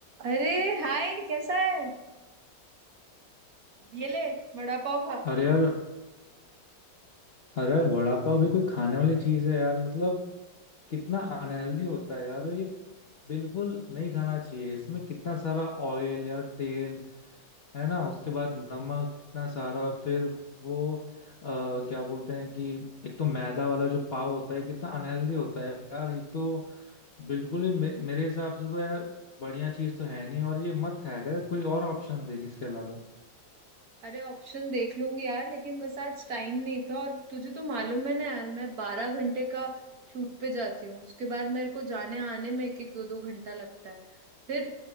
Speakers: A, on the right; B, on the left.
A: अरे हाय कैसा है ये ले वड़ा पाव खा
B: अरे यार अरे यार वड़ा पाव भी कोई खाने वाली चीज है यार मतलब कितना अनहेल्दी होता है यार ये बिल्कुल नहीं खाना चाहिए इसमें कितना सारा ऑयल यार तेल है ना उसके बाद नमक कितना सारा फिर वो आ, क्या बोलते हैं कि एक तो मैदा वाला जो पाव होता है कितना अनहेल्दी होता है यार ये तो बिल्कुल ही मे, मेरे हिसाब से तो यार बढ़िया चीज तो है नहीं और ये मत खाया कर कोई और ऑप्शन देख इसके अलावा
A: अरे ऑप्शन देख लूंगी यार लेकिन बस आज टाइम नहीं था और तुझे तो मालूम है ना यार मैं बारह घंटे का शूट पे जाती हूँ उसके बाद मेरे को जाने आने में एक एक दो दो घंटा लगता है फिर